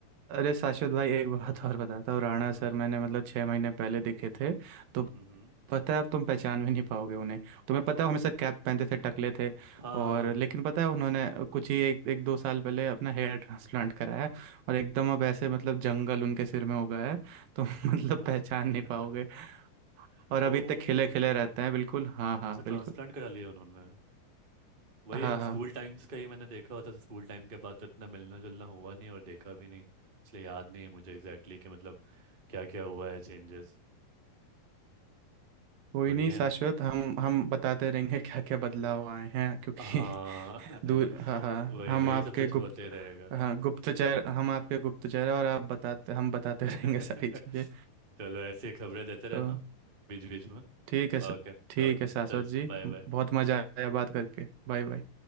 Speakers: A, on the right; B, on the right.
A: अरे शाश्वत भाई एक बात और बताता हूँ राणा
B: हाँ हाँ
A: सर मैंने मतलब छः महीने पहले दिखे थे तो
B: हम्म हम्म हम्म।
A: पता है अब तुम पहचान भी नहीं पाओगे उन्हें तुम्हें पता है वो हमेशा कैप पहनते थे टकले थे
B: हाँ
A: और
B: हाँ
A: लेकिन पता है उन्होंने कुछ ही एक एक दो साल पहले अपना हेयर ट्रांसप्लांट कराया और एकदम अब ऐसे मतलब जंगल उनके सिर में उगा है तो <laughs> मतलब
B: हाँ, अच्छा
A: पहचान नहीं पाओगे
B: <laughs>
A: और अभी
B: ओ
A: तक खिले खिले रहते हैं बिल्कुल हाँ हाँ
B: अच्छा
A: बिल्कुल
B: ट्रांसप्लांट करा लिया उन्होंने वही
A: हाँ
B: अब
A: हाँ
B: स्कूल टाइम्स का ही मैंने देखा होता तो स्कूल टाइम के बाद तो इतना मिलना जुलना हुआ नहीं और देखा भी नहीं इसलिए याद नहीं है मुझे एग्जैक्टली exactly कि मतलब क्या क्या हुआ है चेंजेस
A: कोई
B: बढ़िया
A: नहीं शाश्वत
B: है
A: हम हम बताते रहेंगे <laughs> क्या क्या बदलाव आए हैं क्योंकि
B: हाँ
A: <laughs>
B: <laughs>
A: दूर हाँ हाँ
B: वही
A: हम
B: वही
A: आपके
B: ये सब तो
A: गुप्त
B: होते रहेगा
A: हाँ गुप्तचर हम आपके गुप्तचर हैं और आप बताते हम बताते
B: <laughs>
A: <laughs> रहेंगे सारी चीज़ें
B: चलो ऐसी खबरें देते रहना
A: तो
B: बीच बीच में
A: ठीक है सर
B: ओके
A: ठीक
B: ओके
A: है शाश्वत
B: चलो
A: जी
B: बाय बाय
A: बहुत मज़ा आया बात करके बाय बाय